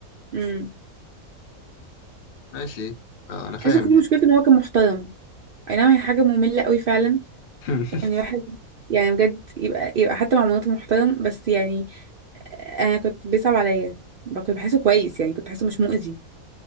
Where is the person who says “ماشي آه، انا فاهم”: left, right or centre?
Left